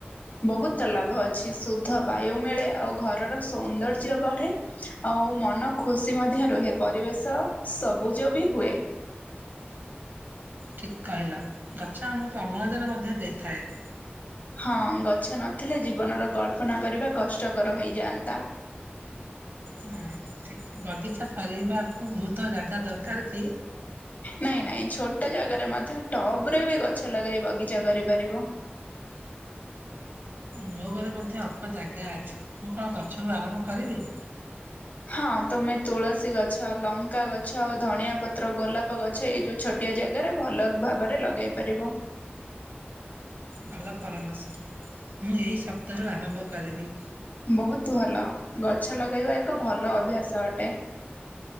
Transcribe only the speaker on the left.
ବହୁତ ଲାଭ ଅଛି ଶୁଦ୍ଧ ବାୟୁ ମିଳେ ଆଉ ଘରର ସୌନ୍ଦର୍ଯ୍ୟ ବଢେ ଆଉ ମନ ଖୁସି ମଧ୍ୟ ରୁହେ ପରିବେଶ ସବୁଜ ବି ହୁଏ।।
ହଁ ଗଛ ନଥିଲେ ଜୀବନର କଳ୍ପନା କରିବା କଷ୍ଟକର ହେଇଯାଆନ୍ତା।।
ନାଇଁ ନାଇଁ ଛୋଟ ଜାଗାରେ ମଧ୍ୟ ଟପ ରେ ବି ଗଛ ଲଗାଇ ବଗିଚା କରିପାରିବ।।
ହଁ ତମେ ତୁଳସୀ ଗଛ ଲଙ୍କା ଗଛ ଆଉ ଧଣିଆ ପତ୍ର ଗୋଲାପ ଗଛ ଏଇ ଯୋଉ ଛୋଟିଆ ଜାଗାରେ ଭଲ ଭାବରେ ଲଗେଇ ପାରିବ।।
ବହୁତ ଭଲ ଗଛ ଲଗେଇବା ଏକ ଭଲ ଅଭ୍ୟାସ ଅଟେ।।